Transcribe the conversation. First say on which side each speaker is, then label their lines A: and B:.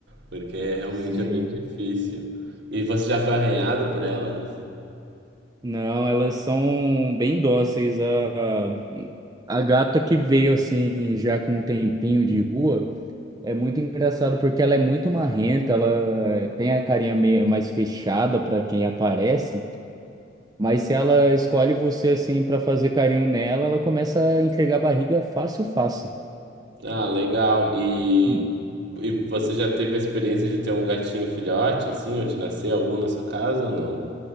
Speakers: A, on the right; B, on the right.
A: Porque realmente
B: Sim.
A: é bem difícil. E você já foi arranhado por elas?
B: Não, elas são bem dóceis. A, a gata que veio assim, já com um tempinho de rua, é muito engraçado porque ela é muito marrenta, ela tem a carinha meio mais fechada para quem aparece, mas se ela escolhe você assim para fazer carinho nela, ela começa a entregar barriga fácil, fácil.
A: Ah, legal. E,
B: Hum,
A: e você já teve a experiência de ter um gatinho filhote, assim, ou de nascer algum na sua casa ou não?